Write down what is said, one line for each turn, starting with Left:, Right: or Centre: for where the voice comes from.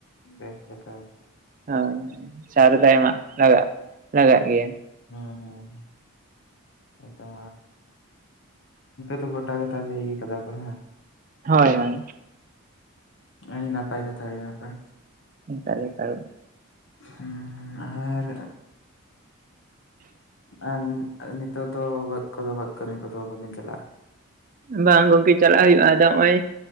Left: ᱵᱮᱥ ᱞᱮᱠᱟ ᱟᱨ
Right: ᱦᱳᱭ ᱥᱟᱨ ᱫᱚ ᱮᱢᱟ ᱞᱟᱜᱟᱜ ᱞᱟᱜᱟᱜ ᱜᱮᱭᱟ ᱾
Left: ᱦᱮᱸ ᱦᱮᱸ ᱾ ᱜᱚᱴᱟ ᱛᱚ ᱜᱚᱴᱟᱜ ᱜᱮ ᱛᱟᱦᱚᱞᱮ ᱤᱭᱮ ᱠᱟᱫᱟ ᱠᱚ ᱦᱮᱸ
Right: ᱦᱳᱭ ᱦᱳᱭ
Left: ᱟᱹᱰᱤ ᱱᱟᱯᱟᱭ ᱠᱟᱛᱷᱟ ᱜᱮ ᱱᱟᱯᱟᱭ
Right: ᱴᱟᱨᱮ <unintelligible> ᱠᱟᱨᱚᱱ
Left: ᱦᱩᱸ ᱟᱨ ᱟᱨ ᱱᱤᱛᱚᱜ ᱫᱚ ᱵᱟᱹᱫᱽ ᱠᱚᱫᱚ ᱵᱟᱹᱫᱽ ᱠᱟᱹᱢᱤ ᱠᱚᱫᱚ ᱵᱟᱹᱵᱤᱱ ᱪᱟᱞᱟᱜᱼᱟ ᱾
Right: ᱵᱟᱝ ᱜᱚᱝᱠᱮ ᱪᱟᱞᱟᱜ ᱦᱩᱭᱩᱜᱼᱟ ᱟᱫᱚ ᱱᱚᱜᱼᱚᱭ